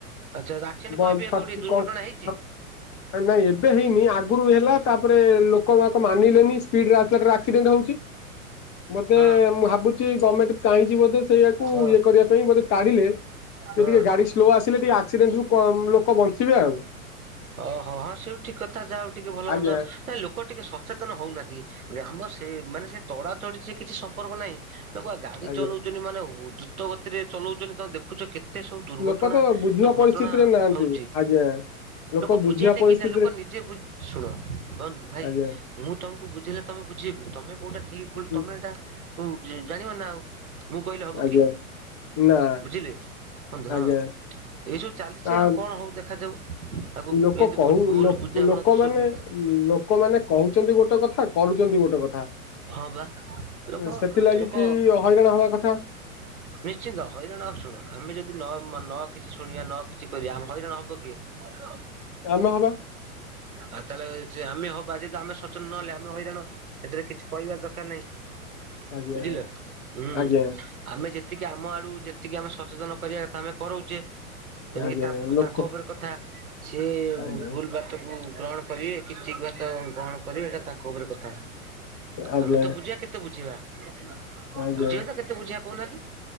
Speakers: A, on the right; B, on the left.
A: ଆଚ୍ଛା ଆକ୍ସିଡେଣ୍ଟ
B: <unintelligible>
A: କଣ ଏବେ କୋଉଠି ଦୁର୍ଘଟଣା ହେଇଛି?
B: ନାଇଁ ଏବେ ହେଇନି ଆଗରୁ ହେଲା ତାପରେ ଲୋକବାକ ମାନିଲେନି ଏକ୍ସିଲେଟର ଆସ୍କଡେଣ୍ଟ ହଉଛି ମତେ
A: ହଁ
B: ମୁଁ ଭାବୁଛି ଗମେଣ୍ଟ ଚାହିଁଛି ବୋଧେ ସେଇୟାକୁ
A: ହଁ
B: ଇଏ କରିବା ପାଇଁ ବୋଧେ ତାଡିଲେ
A: ହଁ
B: ସେ ଟିକେ ଗାଡି ସ୍ଲୋ ଆସିଲେ ଟିକେ ଆକ୍ସିଡେଣ୍ଟ ରୁ ପ ଲୋକ ବଞ୍ଚିବେ ଆଉ।
A: ଓହୋ ହଁ ସେଇଠୁ ଠିକ କଥା ଯାହା ହଉ ଟିକେ ଭଲ
B: ଆଜ୍ଞା
A: ମନ୍ଦ ନା ଲୋକ ଟିକେ ସଚେତନ ହଉନାହାନ୍ତି। ଗ୍ରାମ ସେ ମାନେ ସେ ତଡା ତଡି ସେ କିଛି ସମ୍ପର୍କ ନାହିଁ ତାକୁ ବା
B: ଆଜ୍ଞା।
A: ଚଲଉଚନ୍ତି ମାନେ ଦ୍ରୁତ ଗତିରେ ଚଲଉଚନ୍ତି କଣ ଦେଖ ଦେଖୁଚ କେତେ ସବୁ ଦୁର୍ଘଟଣା
B: ଲୋକ ତ ବୁଝିବା ପରିସ୍ଥିତିରେ
A: ଘଟଣା
B: ନାହାନ୍ତି
A: ହଉଚି।
B: ଆଜ୍ଞା
A: ଲୋକ ବୁଝିବାଟେ
B: ବୁଝିବା ପରିସ୍ଥିତିରେ
A: କିଚି ନା ଲୋକ ନିଜେ ବୁଝି ଶୁଣ କନ୍ ଭାଇ
B: ଆଜ୍ଞା
A: ମୁଁ ତମକୁ ବୁଝିଲେ ତମେ ବୁଝେଇବି ତମେ କୋଉଟା ଠିକ ଭୁଲ
B: ଉଁ,
A: ତମେ ଏଟା ଉ ଜାଣିବ ନା ଆଉ। ମୁଁ କହିଲେ ହବ
B: ଆଜ୍ଞା
A: କି?
B: ନା
A: ବୁଝିଲେ ବନ୍ଧୁ ହଁ
B: ଆଜ୍ଞା
A: ଏଇ ସବୁ ଚାଲିଚି
B: ଆ
A: ଆଉ କଣ ହଉ ଦେଖାଯାଉ। ଆଗକୁ
B: ଲୋକ
A: ଏମିତି
B: କହୁ
A: ଭୁଲ
B: ଲୋକ୍
A: ବୁଝାମଣା
B: ଲୋକମାନେ
A: ଦୋଷରୁ
B: ଲୋକମାନେ କହୁଚନ୍ତି ଗୋଟେ କଥା କରୁଚନ୍ତି ଗୋଟେ କଥା।
A: ହଁ ବା। ଲୋକ
B: ଏ ସେଥିଲାଗି
A: ଲୋକ
B: କି ହଇରାଣ ହବା କଥା।
A: ନିଶ୍ଚିନ୍ତ ହଇରାଣ ହ ଶୁଣ ଆମେ ଯଦି ନ ନ କିଛି ଶୁଣିବା ନ କିଛି କରିବା। ଆମେ ହଇରାଣ ହବ କିଏ? <inaudible>
B: ଆମେ ହବା।
A: ଆଉ ତାଲେ ଚି ଆମେ ହବା ଯଦି ଆମେ ସଚେନ ନହେଲେ ଆମେ ହଇରାଣ ଏଥିରେ କିଛି କହିବାର ଦରକାର ନାହିଁ।
B: ଆଜ୍ଞା।
A: ବୁଝିଲେ ହୁଁ
B: ଆଜ୍ଞା
A: ଆମେ ଯେତିକି ଆମ ଆଡୁ ଯେତିକି ଆମେ ସଚେତନ କରିବା କଥା ଆମେ କରଉଚେ। ତେଣିକି
B: ଆଜ୍ଞା
A: ତାଙ୍କ୍
B: ଲୋକ
A: ତାଙ୍କ ଉପରେ କଥା ସିଏ
B: ଆଜ୍ଞା
A: ଭୁଲ ବା ତାକୁ ଗ୍ରହଣ କରିବେ କିତି ଭାତ ଗ୍ରହଣ କରିବେ ଏଟା ତାଙ୍କ ଉପରେ କଥା।
B: ଆଜ୍ଞା
A: ଆମେ ତ ବୁଝେଇବା କେତେ ବୁଝେଇବା? ବୁଝେଇବା
B: ଆଜ୍ଞା
A: ତ କେତେ ବୁଝେଇିବା କହୁନାହାନ୍ତି?